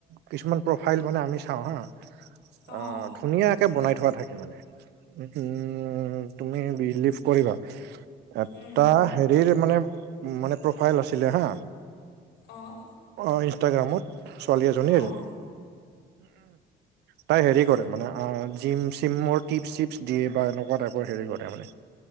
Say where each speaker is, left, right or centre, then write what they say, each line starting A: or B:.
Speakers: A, on the right; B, on the left.
A: কিছুমান প্ৰফাইল মানে আমি চাওঁ হা।
B: অঁ
A: অ', ধুনীয়া কে, বনাই থোৱা থাকে মানে, উম তুমি বিলিভ কৰিবা? এটা
B: উম
A: হেৰিৰ মানে মানে প্ৰফাইল আছিলে হা।
B: অঁ।
A: অঁ ইনষ্টাগ্ৰামত, ছোৱালী এজনীৰ।
B: অঁ
A: তাই হেৰি কৰে, মানে আ জিম চিমৰ টিপছ চিপছ দিয়ে বা এনেকুৱা টাইপৰ হেৰি কৰে মানে।